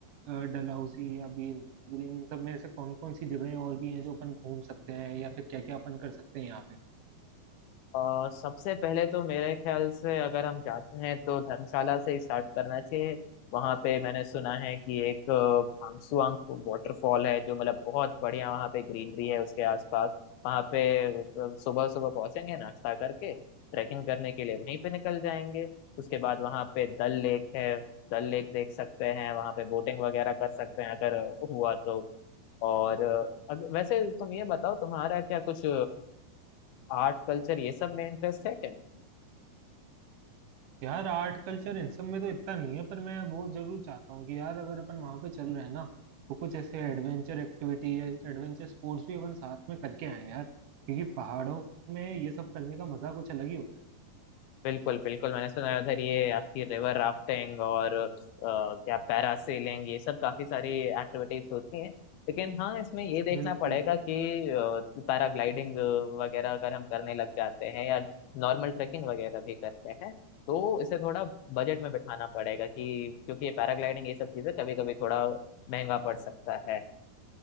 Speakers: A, on the right (about 70°); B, on the left (about 75°).
A: अ, डलहौसी या बीरबिलिंग इन सब में ऐसे कौन कौन सी जगहें और भी हैं जो अपन घूम सकते हैं या फिर क्या क्या अपन कर सकते हैं यहाँ पे
B: अ, सबसे पहले तो मेरे ख्याल से अगर हम जाते हैं तो धर्मशाला से ही स्टार्ट करना चाहिए वहां पे मैंने सुना है कि एक भांगसुआंग वाटरफॉल है जो मतलब बहुत बढ़िया वहां पे ग्रीनरी है उसके आसपास वहां पे सुबह सुबह पहुंचेंगे नाश्ता करके ट्रैकिंग करने के लिए वहीं पे निकल जाएंगे उसके बाद वहां पे डल लेक है डल लेक देख सकते हैं वहां पे बोटिंग वगैरह कर सकते हैं अगर हुआ तो और अ, अग- वैसे तुम ये बताओ तुम्हारा क्या कुछ आर्ट कल्चर ये सब में इंटरेस्ट है क्या
A: यार आर्ट कल्चर इन सब में तो इतना नहीं है पर मैं वो जरूर चाहता हूँ कि यार अगर अपन वहाँ पे चल रहे हैं ना तो कुछ ऐसे एडवेंचर एक्टिविटी या एडवेंचर स्पोर्ट्स भी अपन साथ में करके आए यार क्योंकि पहाड़ों में ये सब करने का मजा कुछ अलग ही होता है
B: बिल्कुल बिल्कुल मैंने सुना है उधर ये आपकी रिवर राफ्टिंग और अ, क्या पैरासेलिंग ये सब काफी सारी एक्टिविटीज होती हैं लेकिन हाँ इसमें ये देखना
A: बिल्कुल
B: पड़ेगा कि पैराग्लाइडिंग वगैरह अगर हम करने लग जाते हैं या नॉर्मल ट्रैकिंग वगैरह भी करते हैं तो इसे थोड़ा बजट में बिठाना पड़ेगा कि क्योंकि ये पैराग्लाइडिंग ये सब चीजें कभी कभी थोड़ा महंगा पड़ सकता है